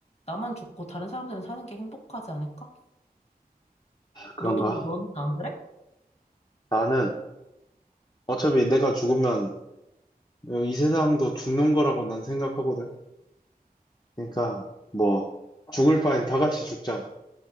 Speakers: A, on the left (about 40°); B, on the left (about 25°).
A: 나만 죽고 다른 사람들은 사는 게 행복하지 않을까?
B: 그런가?
A: 너도 너는 안 그래?
B: 나는 어차피 내가 죽으면 이 세상도 죽는 거라고 난 생각하거든. 그러니까, 뭐, 죽을 바엔 다 같이 죽자.